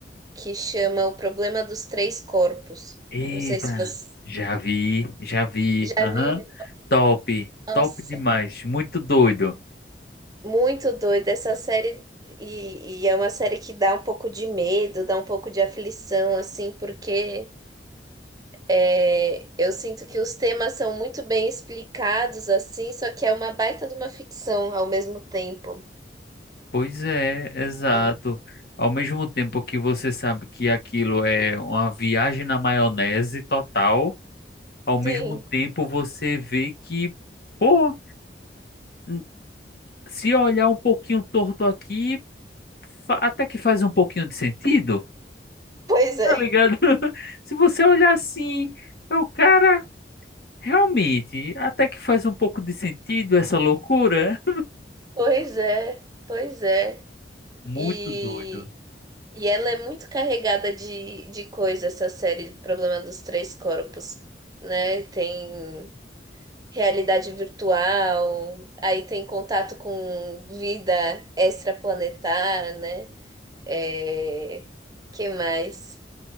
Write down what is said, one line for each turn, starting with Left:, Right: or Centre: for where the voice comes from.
Right: que chama O Problema dos Três Corpos.
Left: Eita,
Right: Não sei se você
Left: já vi, já vi.
Right: já
Left: Aham.
Right: viu.
Left: Top,
Right: Nossa,
Left: top demais, muito doido.
Right: muito doida essa série. E, e é uma série que dá um pouco de medo, dá um pouco de aflição, assim, porque. É, eu sinto que os temas são muito bem explicados, assim, só que é uma baita de uma ficção ao mesmo tempo.
Left: Pois é, exato.
Right: né?
Left: Ao mesmo tempo que você sabe que aquilo é uma viagem na maionese total, ao mesmo
Right: Sim,
Left: tempo você vê que, pô, n- se olhar um pouquinho torto aqui, fa- até que faz um pouquinho de sentido,
Right: pois é,
Left: tá ligado? <laughs> Se você olhar assim, o cara, realmente, até que faz um pouco de sentido essa loucura.
Right: pois é, pois é.
Left: Muito
Right: E,
Left: doido.
Right: e ela é muito carregada de, de coisa, essa série Problema dos Três Corpos, né? Tem realidade virtual, aí tem contato com vida extraplanetária, né? É, que mais?